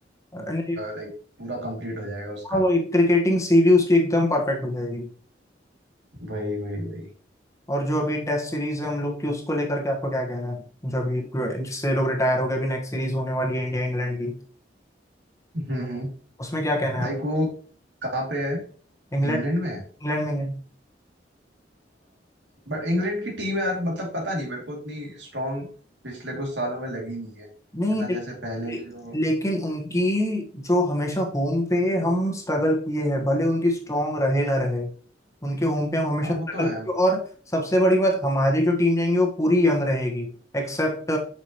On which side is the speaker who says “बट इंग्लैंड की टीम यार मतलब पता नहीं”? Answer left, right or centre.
Right